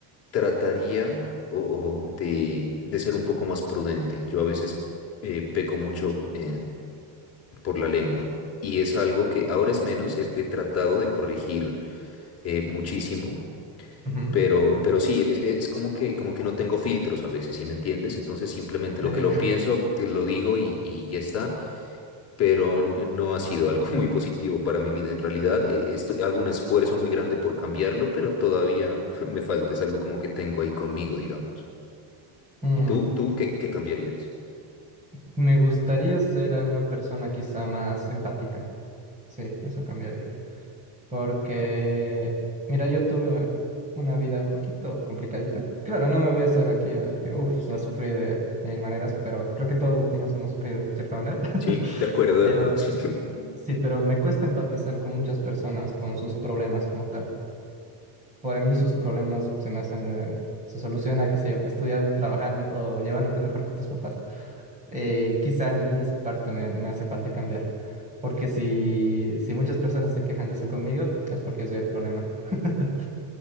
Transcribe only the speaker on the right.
Ujú,
eh,
<laughs>
Me gustaría ser a una persona quizá más empática. Sí, eso cambiaría. Porque, mira, yo tuve una vida un poquito complicadita. Claro, no me voy a hacer aquí al que, uff, la sufrí de mil maneras, pero creo que todos los latinos hemos sufrido de cierta manera. <laughs>
Pero
sí, pero me cuesta empatizar con muchas personas, con sus problemas como tal. Para mí sus problemas se me hacen de- se soluciona, qué sé yo, estudiando, trabajando o llevándote mejor que tus papás. Eh, quizá a mí esa parte me, me hace falta cambiar, porque si, si muchas personas se quejan de eso conmigo, es porque yo soy el problema. <laughs>